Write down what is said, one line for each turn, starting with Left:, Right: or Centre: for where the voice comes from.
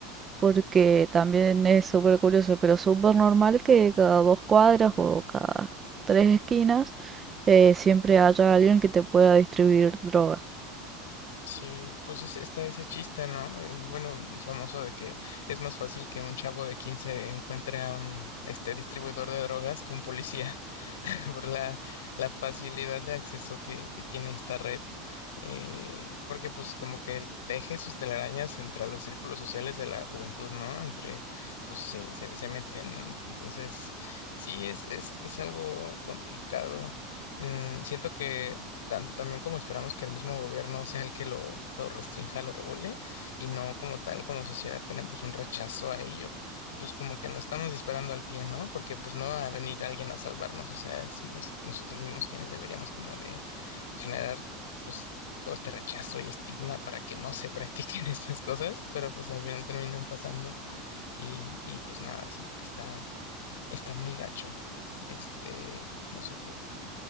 Right: porque también es súper curioso, pero súper normal que cada dos cuadras o cada tres esquinas eh, siempre haya alguien que te pueda distribuir drogas.
Left: Sí, pues es- está ese chiste, ¿no? Eh, Bueno, famoso de que es más fácil que un chavo de 15 encuentre a un este distribuidor de drogas que un policía. <laughs> por la, la facilidad de acceso que, que tiene esta red. Eh, porque pues como que él teje sus telarañas entre los círculos sociales de la juventud, ¿no? Entre, pues sí, se, se meten. Entonces, sí, es, es, es algo complicado. Mm, siento que tan- también como esperamos que el mismo gobierno sea el que lo, lo restrinja, lo regule, y no como tal, como sociedad tenemos un rechazo a ello pues como que nos estamos disparando al pie, ¿no? Porque pues no va a venir alguien a salvarnos, o sea, somos nosotros mismos quienes deberíamos como de generar pues todo este rechazo y estigma para que no se practiquen <laughs> estas cosas, pero pues al final terminan pasando y, y pues nada, siento que está, está muy gacho. Este, no sé tú.